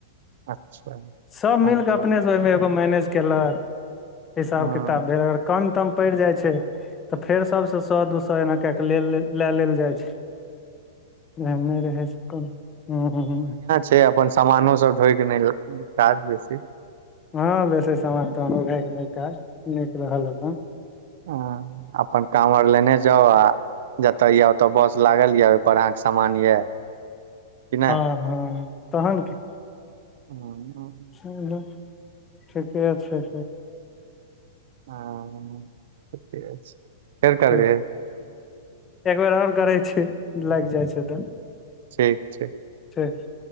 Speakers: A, on the right (about 65°); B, on the left (about 20°).
A: अच्छा
B: सभ
A: पाँच
B: मिल कऽ
A: लाख
B: अपनेसँ ओहिमे एगो मैनेज केलक हिसाब
A: हँ
B: किताब भेल अगर कम तम पड़ि जाई छै तऽ फेर सभसँ सए दू सए एना कए कऽ ले लए लेलऽ जाइ छै। ए नहि रह छै को ह
A: से अपन समानो सभ ढोइ के नहि काज बेसी
B: ह बेसी समान तहन उघैके नहि काज नीक रहल अपन।
A: ह अपन काम आर लेने जाउ आ जतय य ओतऽ बस लागल रहत <unintelligible> अहनके समान ऐ की नै
B: हँ हँ तहन की
A: <inaudible>
B: चलू <inaudible> ठीके छै
A: ह <inaudible> छै फेर
B: ठीक
A: करबै
B: एक बेेर आओर करै छी लाग जाइ छै तऽ
A: ठीक छै
B: ठीक <unintelligible>